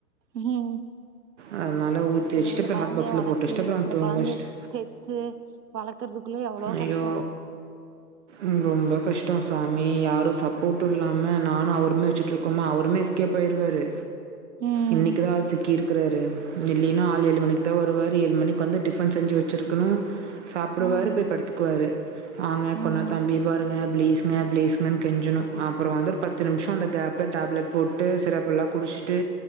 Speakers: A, on the right (about 85°); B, on the right (about 45°).
A: ம்
B: அ தனால ஊத்தி
A: ஐயோ
B: வெச்ட்டு
A: இந்த
B: அப்ற
A: கொழந்தைய
B: ஹாட்பாக்ஸ்ல
A: வளத்தி
B: போட்டு வெச்ட்டு அப்றொ
A: இந்த
B: தூங்க
A: கொழந்தைய
B: வெச்ட்டு
A: பெத்து வளக்குறதுக்குள்ள எவ்ளோ
B: ஐயோ!
A: கஷ்டோ
B: ம் ரொம்ப கஷ்டோ சாமி யாரு சப்போட்டு இல்லாம நானு அவருமே வெச்சு ற்ருக்கோமா அவருமே எஸ்கேப் ஆயிருவாரு
A: ம்
B: இன்னைக்குதா ஆள் சிக்கிருக் தருவாரு இல்லைன்னா ஆள் ஏழு மணிக்கு தா வருவார் ஏழு மணிக்கு வந்து டிஃபன் செஞ்சு வெ சுருக்கணு சாப்புடுவாரு
A: ம்
B: போய் படுத்துக்குவாரு வாங்க
A: ம்
B: கொன்னா தம்பிய பாருங்க பிளீஸுங்க பிளீஸுங்கன்னு கெஞ்சணு அப்புறோ வந்து ஒரு பத்து நிமிஷொ அந்த கேப்பில டேப்லெட் போட்டு சிரப் எல்லா குடிஷ்டு